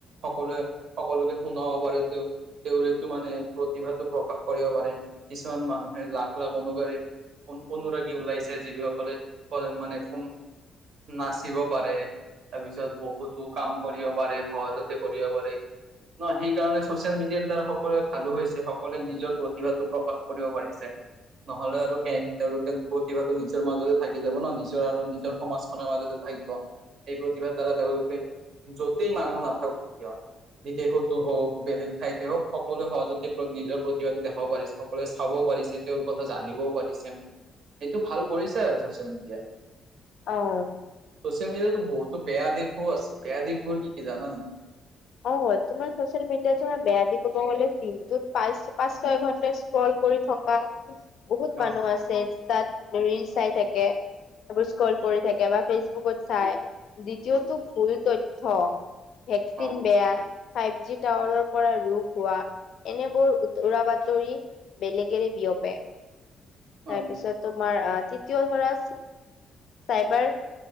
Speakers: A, on the right; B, on the left.
A: সকলোৱে সকলোকে শুনাব পাৰে, তেওঁ তেওঁৰ এইটো মানে প্ৰতিভাটো প্ৰকাশ- কৰিব পাৰে। কিছুমান মানুহে লাখ লাখ অনুগামি- অনুৰাগী ওলাইছে, যিসকলে মানে ফোন- নাচিব পাৰে। তাৰপিছত বহুতো কাম কৰিব পাৰে, সহজতে কৰিব পাৰে। ন, সেইকাৰণে চচিয়েল মিডিয়াৰ দ্বাৰা সকলোৱে ভালো হৈছে, সকলোৱে নিজৰ- প্ৰতিভাটো প্ৰকাশ কৰিব পাৰিছে। নহ'লে আৰু তেওঁলোকে প্ৰতিভাটো নিজৰ মাজতে থাকি যাব ন, নিজৰ আৰু নিজৰ সমাজ- মাজতে থাকিব। এই প্ৰতিভাৰ দ্বাৰা তেওঁলোকে যতেই মানুহ নাথাকক কিয়- বিদেশতো হওঁক, বেলেগ ঠাইতে হওঁক সকলোৱে সহজতে নিজৰ প্ৰতি- দেখাবও পাৰিছে, সকলোৱে চাব পাৰিছে, তেওঁৰ কথা জানিবও পাৰিছে। এইটো ভাল কৰিছে আৰু ছচিয়েল মিডিয়াই।
B: অ
A: চ'চিয়েল মিডিয়াতো বহুতো বেয়া দিশো আছে। বেয়া দিশবোৰ কি জানা নেকি?
B: অঁ, তোমাৰ চচিয়েল মিডিয়াত তোমাৰ বেয়া দিশ কব গ'লে দিনটোত পাঁচ- পাঁচ, ছয় ঘন্টা স্ক্ৰল কৰি থকা। বহুত
A: অ',
B: মানুহ আছে তাত ৰিলছ চাই থাকে। সেইবোৰ স্ক্ৰল কৰি থাকে বা ফেচবুকত চাই। দ্বিতীয়টো ভুল তথ্য ভেকচিন
A: অ',
B: বেয়া। ফাইভ জি টাৱাৰৰ পৰা ৰোগ হোৱা এনেবোৰ উৰা বাতৰি বেলেগেৰে বিয়পে।
A: অ',
B: তাৰপিছত তোমাৰ আহ' তৃতীয় ধৰা চাইবাৰ